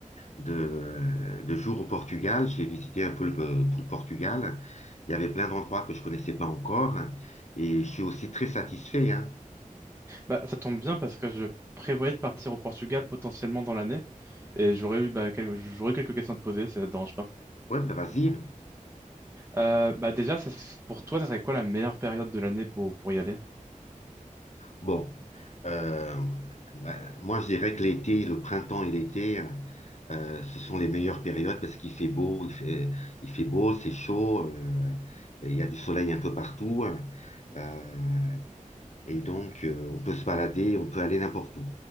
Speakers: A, on the left; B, on the right.
A: de, de jours au Portugal. J'ai visité un peu le- tout le Portugal. Il y avait plein d'endroits que je connaissais pas encore. Et je suis aussi très satisfait, hein.
B: Bah, ça tombe bien parce que je prévoyais de partir au Portugal potentiellement dans l'année et j'aurais eu bah, quel- j'aurais quelques questions à te poser, ça te dérange pas.
A: Ouais, ben vas-y.
B: Euh, bah déjà, ça s- pour toi, ça serait quoi la meilleure période de l'année pour, pour y aller?
A: Bon, euh, bah, moi, je dirais que l'été, le printemps et l'été. Euh, ce sont les meilleures périodes parce qu'il fait beau, il fait, il fait beau, c'est chaud, euh, et il y a du soleil un peu partout. euh, et donc, euh, on peut se balader, on peut aller n'importe où.